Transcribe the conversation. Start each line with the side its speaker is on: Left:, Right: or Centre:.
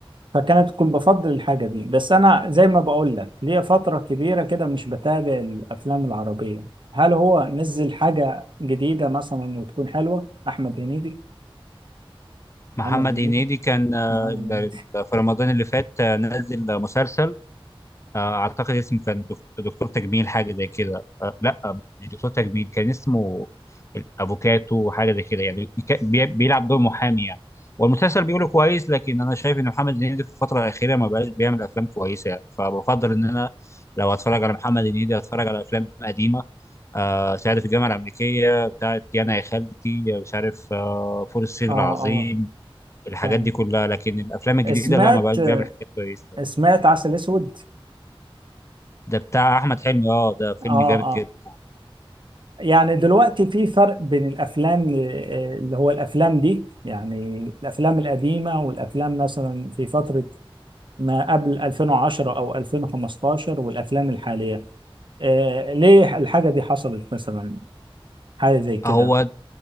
Right: فكانت كنت بفضل الحاجة دي بس أنا زي ما بقول لك ليا فترة كبيرة كده مش بتابع الأفلام العربية هل هو نزل حاجة جديدة مثلا وتكون حلوة أحمد هنيدي
Left: محمد
Right: محمد هنيدي
Left: هنيدي كان آه
Right: محمد
Left: ال-
Right: هنيدي
Left: ال- في رمضان اللي فات آه، نزل مسلسل آه، اعتقد اسمه كان دك- دكتور تجميل حاجه زي كده آه، لا مش دكتور تجميل كان اسمه الافوكاتو حاجه زي كده يعني كا- بي- بيلعب دور محامي يعني والمسلسل بيقوله كويس لكن انا شايف ان محمد هنيدي في الفتره الاخيره ما بقاش بيعمل افلام كويسه يعني فبفضل ان انا لو اتفرج على محمد هنيدي اتفرج على افلام قديمه آه سعيد في الجامعه الامريكيه بتاعت يانا يا خالتي مش عارف آه فول الصين
Right: آه
Left: العظيم
Right: آه
Left: الحاجات
Right: فاهم
Left: دي كلها لكن الافلام الجديده
Right: سمعت
Left: لا ما بقاش بيعمل حاجات كويسه
Right: سمعت عسل أسود
Left: ده بتاع احمد حلمي اه ده فيلم
Right: آه
Left: جامد
Right: آه
Left: جدا
Right: يعني دلوقتي في فرق بين الأفلام آه، اللي هو الأفلام دي يعني الأفلام القديمة والأفلام مثلا في فترة ما قبل 2010 او 2015 والافلام الحاليه آه، ليه الحاجه دي حصلت مثلا حاجه زي كده
Left: هو